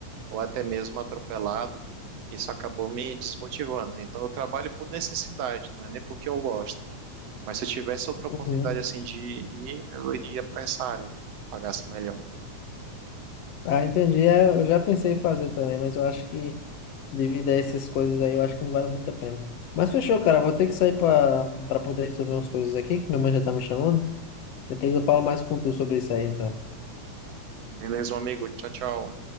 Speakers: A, on the right (about 60°); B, on the left (about 65°).
A: ou até mesmo atropelado, isso acabou me desmotivando. Então eu trabalho por necessidade, não é nem porque eu gosto. Mas se eu tivesse outra oportunidade
B: Uhum.
A: assim de ir, eu iria para essa área, né? Pagasse melhor.
B: Ah, entendi. É, eu já pensei em fazer também, mas eu acho que devido a essas coisas aí, eu acho que não vale muito a pena. Mas fechou, cara. Vou ter que sair para para poder resolver umas coisas aqui, que minha mãe já tá me chamando. Depois eu falo mais com tu sobre isso aí, então.
A: Beleza, meu amigo. Tchau, tchau.